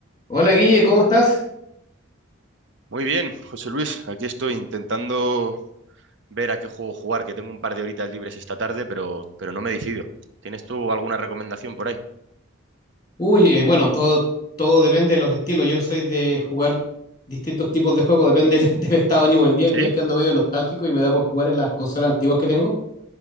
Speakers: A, on the left; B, on the right.
A: Hola Guille, ¿cómo estás?
B: Muy bien, José Luis, aquí estoy intentando ver a qué juego jugar, que tengo un par de horitas libres esta tarde, pero, pero no me decido. ¿Tienes tú alguna recomendación por ahí?
A: Uy, eh, bueno, todo, todo depende de los estilos. Yo soy de jugar distintos tipos de juegos, depende del, <laughs> del estado de ánimo del día.
B: ¿Sí?
A: El día es que ando medio nostálgico y me da por jugar en las consolas antiguas que tengo. Lo